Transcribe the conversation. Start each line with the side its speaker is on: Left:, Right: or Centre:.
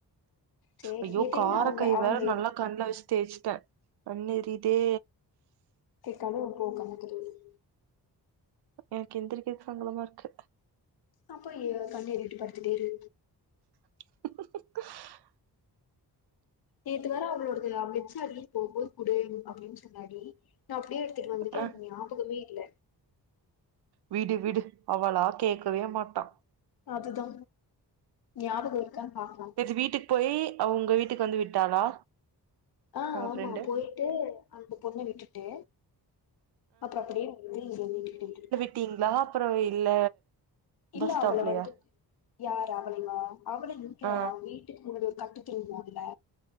Left: சேரி
Right: ஐயோ
Left: நேத்து
Right: கார
Left: எங்க அவங்க
Right: கை
Left: அவங்க
Right: வேற நல்லா கண்லா வச்சு தேச்சுட்டே கண்ணு எறியுதே
Left: கேக் கனவு போ கண்ணத்துல இருந்
Right: எனக்கு எந்திரிக்கிறதுக்கு சங்கடமா இருக்கு
Left: அப்போ எ கண்ணு எரியுது இப்டி படுத்துட்டே இரு
Right: <inaudible>
Left: நேத்து வேற அவளோடது அ மிச்சர் அல்லி போம்போது குடு அப்டின்னு சொன்னாடி நா அப்டியே எடுத்துட்டு வந்துட்டே
Right: ஆ
Left: எனக்கு ஞாபகமே இல்ல
Right: விடு விடு அவளா கேக்கவே மாட்டா
Left: அதுதா ஞாபகோ இருக்கான் பாக்லாம்
Right: இது வீட்டுக்கு போயி அவுங்க வீட்டுக்கு வந்து விட்டாளா
Left: ஆ
Right: உங்க
Left: ஆமா
Right: ஃப்ரெண்டு
Left: போயிட்டு அந்த பொண்ண விட்டுட்டு அப்பற அப்டியே வந்து இங்க வீட்டுட்ட விட்டுட்டு போ
Right: ட்டீங்ளா அப்றோ இல்ல
Left: இல்ல
Right: பஸ் ஸ்டாப்லயா
Left: அவள வந்துட்டு யாரு அவளையுமா அவளு இருக்க
Right: ஆ
Left: அவ்ங்வீட் ட்டுக்கு முன்னாடி ஒரு கட்டு தொங்கு அதுல